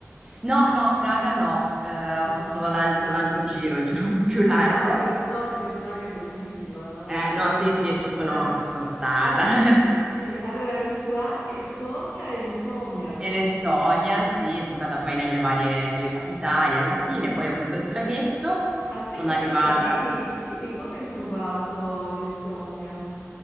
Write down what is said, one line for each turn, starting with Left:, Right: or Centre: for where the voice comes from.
Right: No, no, Praga no, Eh, ho
Left: Ah,
Right: fatto l'alt- l'altro giro, il giro un po' più largo.
Left: ah, ecco, no, perché Praga è bellissima, no?
Right: Eh,
Left: Sì,
Right: no,
Left: ah,
Right: sì,
Left: pensavo
Right: sì, ci
Left: che...
Right: sono,
Left: <laughs>
Right: ci sono stata.
Left: Ah, lì-
Right: <laughs>
Left: sì, allora Lituania, Estonia e Lettonia, no?
Right: E Lettonia,
Left: Dicevi, sì.
Right: sì, sono stata poi nelle varie, nelle capitali alla fine, poi ho preso il traghetto,
Left: Aspetta,
Right: sono
Left: aspetta,
Right: arrivata.
Left: dimmi, dimmi come hai trovato l'Estonia?